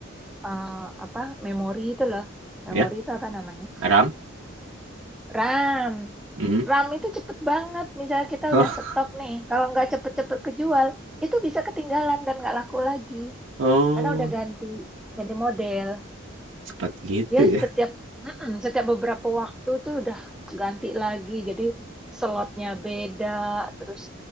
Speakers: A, in the centre; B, on the right (about 70°).
A: eh, apa memori itu loh
B: ya.
A: memori itu apa namanya
B: Aram.
A: RAM
B: Hmm.
A: RAM itu cepet banget misalnya kita
B: Oh,
A: udah stok nih kalau nggak cepet-cepet kejual itu bisa ketinggalan dan nggak laku lagi
B: oh,
A: karena udah ganti ganti model
B: cepat gitu
A: dia
B: ya.
A: setiap mm setiap beberapa waktu tuh udah ganti lagi jadi slotnya beda terus